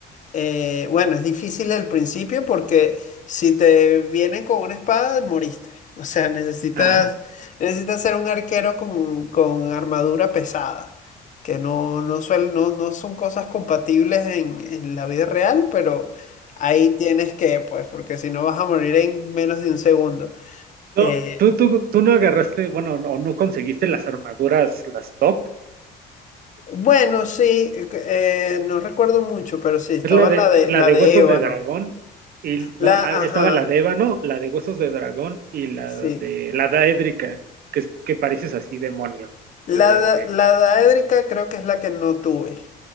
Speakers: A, on the left; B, on the right.
A: eh, bueno, es difícil al principio porque si te vienen con una espada, moriste. <laughs> O sea, necesitas,
B: ajá.
A: necesitas ser un arquero con, con armadura pesada, que no, no, suel- no, no son cosas compatibles en, en la vida real, pero ahí tienes que, pues, porque si no vas a morir en menos de un segundo.
B: No,
A: Eh,
B: tú, tú, tú no agarraste, bueno, o no conseguiste las armaduras, las top.
A: bueno, sí, eh, eh, no recuerdo mucho, pero sí, estaba
B: Es la de,
A: la de,
B: la
A: la
B: de
A: de
B: Huesos
A: ébano.
B: de Dragón. Y
A: La,
B: no, ah,
A: ajá,
B: estaba la de Ébano, la de Huesos de Dragón y la
A: sí.
B: de la Daédrica, que, es- que pareces así demonio, eh,
A: La, da- la daédrica creo que es la que no tuve.